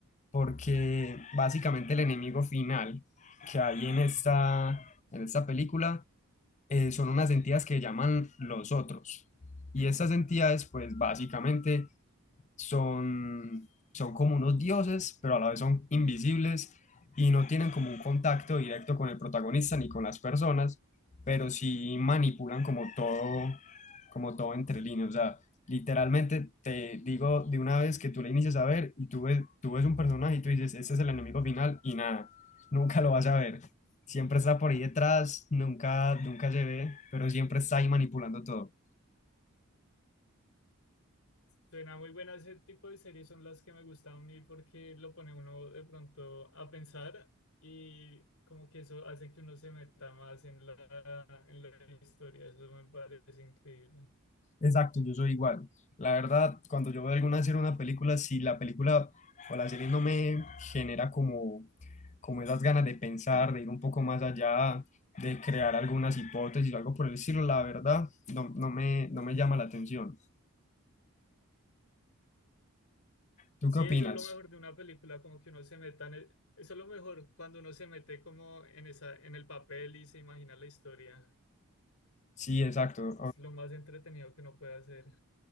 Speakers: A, on the left; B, on the left.
A: porque básicamente el enemigo final que hay en esta, en esta película eh, son unas entidades que llaman los otros. Y estas entidades, pues básicamente son, son como unos dioses, pero a la vez son invisibles y no tienen como un contacto directo con el protagonista ni con las personas, pero sí manipulan como todo, como todo entre líneas. O sea, literalmente te digo de una vez que tú le inicias a ver y tú ves, tú ves un personaje y tú dices, este es el enemigo final y nada, nunca lo vas a ver. Siempre está por ahí detrás, nunca, nunca se ve, pero siempre está ahí manipulando todo.
B: Suena muy buena, ese tipo de series son las que me gustan a mí porque lo pone uno de pronto a pensar y como que eso hace que uno se meta más en la, en la historia, eso me parece increíble.
A: Exacto, yo soy igual. La verdad, cuando yo veo alguna serie o una película, si la película o la serie no me genera como, como esas ganas de pensar, de ir un poco más allá, de crear algunas hipótesis o algo por el estilo, la verdad, no, no me, no me llama la atención. ¿Tú
B: Sí,
A: qué opinas?
B: eso es lo mejor de una película, como que uno se meta en el- eso es lo mejor cuando uno se mete como en esa, en el papel y se imagina la historia,
A: Sí, exacto.
B: es lo más entretenido que uno puede hacer.